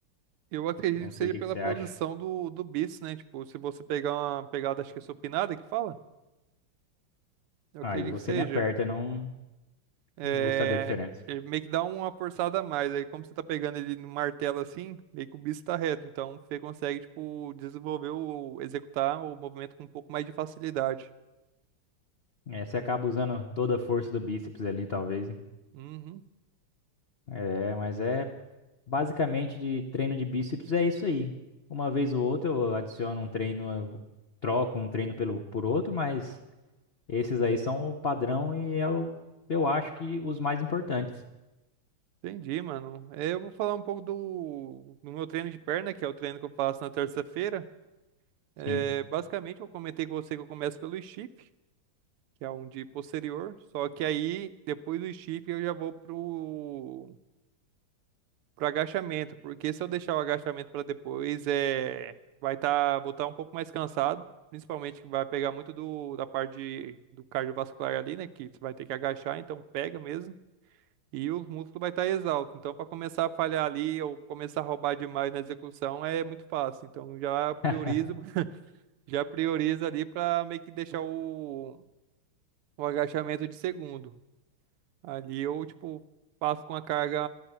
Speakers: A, on the right; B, on the left.
A: Eu acredito
B: Não
A: que
B: sei
A: seja
B: o que
A: pela
B: que você
A: posição
B: acha.
A: do, do bíceps, né? Tipo, se você pegar uma pegada, acho que é supinada que fala, eu
B: Aí
A: acredito
B: você
A: que seja.
B: me aperta, não,
A: É,
B: não vou saber a diferença.
A: ele meio que dá uma forçada a mais. Aí, como você tá pegando ele no martelo assim, meio que o bíceps tá reto. Então, você consegue, tipo, desenvolver ou executar o movimento com um pouco mais de facilidade.
B: É, você acaba usando toda a força do bíceps ali, talvez. né?
A: Uhum.
B: É, mas é Basicamente, de treino de bíceps é isso aí. Uma vez ou outra eu adiciono um treino, eu troco um treino pelo, por outro, mas esses aí são o padrão e eu, eu acho que os mais importantes.
A: Entendi, mano. É, eu vou falar um pouco do, do meu treino de perna, que é o treino que eu faço na terça-feira. É,
B: Sim.
A: basicamente, eu comentei com você que eu começo pelo stiff. que é um de posterior. Só que aí, depois do chip, eu já vou pro, pro agachamento, porque se eu deixar o agachamento para depois, é, vai estar, vou estar um pouco mais cansado, principalmente que vai pegar muito do, da parte de- do cardiovascular ali, né, que você vai ter que agachar, então pega mesmo. E os músculos vai estar exalto. Então, para começar a falhar ali ou começar a roubar demais na execução é muito fácil. Então, já
B: <laughs>
A: priorizo, <laughs> já priorizo ali para meio que deixar o, o agachamento de segundo. Ali eu, tipo, passo com uma carga,